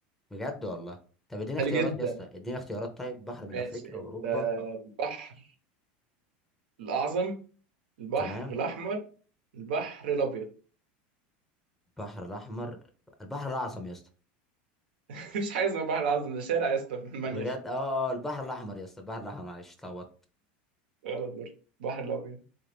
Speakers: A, in the centre; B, on the right.
A: بجد والله طب اديني
B: سهل
A: اختيارات
B: جدا
A: يا اسطى اديني اختيارات طيب البحر من
B: ماشي
A: افريقيا واوروبا
B: البحر الأعظم البحر
A: تمام
B: الأحمر البحر الأبيض
A: البحر الاحمر البحر الاعظم يا اسطى
B: <laughs> مفيش حاجة اسمها بحر الأعظم ده شارع يا اسطى في المانيا
A: بجد اه آه، البحر الاحمر يا اسطى البحر الاحمر معلش اتلخبطت
B: غلط برضه البحر الأبيض